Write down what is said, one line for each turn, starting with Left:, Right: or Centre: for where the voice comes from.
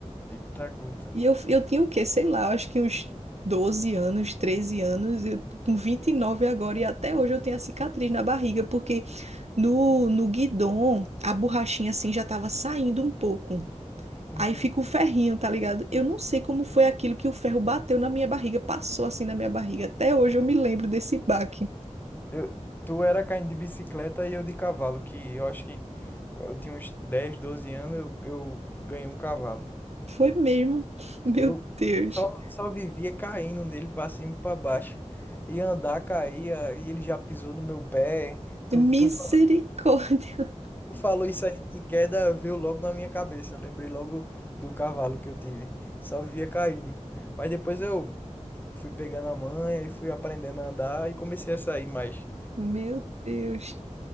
Left: Eita, gota.
Right: E eu, eu tinha o quê? Sei lá, acho que uns 12 anos, 13 anos, eu, com 29 agora, e até hoje eu tenho a cicatriz na barriga, porque no, no guidon a borrachinha assim já tava saindo um pouco.
Left: Uhum.
Right: Aí fica o ferrinho, tá ligado? Eu não sei como foi aquilo que o ferro bateu na minha barriga, passou assim na minha barriga. Até hoje eu me lembro desse baque.
Left: Eu- tu era caindo de bicicleta e eu de cavalo, que eu acho que quando eu tinha uns 10 12 anos, eu, eu ganhei um cavalo.
Right: Foi mesmo? <laughs> Meu
Left: Eu
Right: Deus.
Left: só, só vivia caindo dele pra cima e pra baixo. E andar, caía, e ele já pisou no meu pé. Tu,
Right: Misericórdia.
Left: tu, fa- tu falou isso aí de queda, veio logo na minha cabeça. Lembrei logo do cavalo que eu tive. Só vivia caindo. Mas depois eu fui pegando a manha e fui aprendendo a andar e comecei a sair mais.
Right: <laughs> Meu Deus.